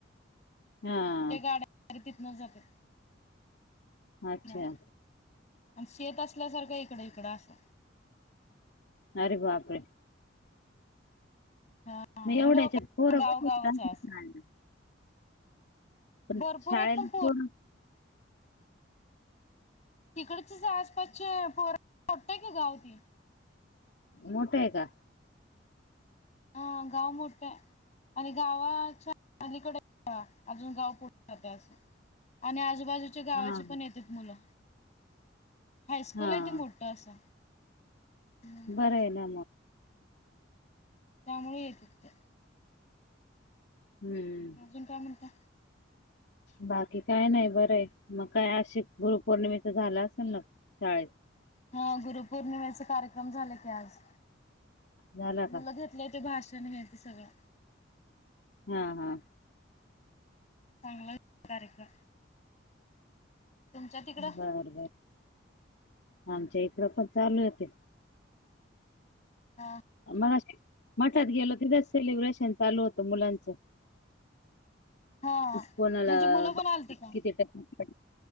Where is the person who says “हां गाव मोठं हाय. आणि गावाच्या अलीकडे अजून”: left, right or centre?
Left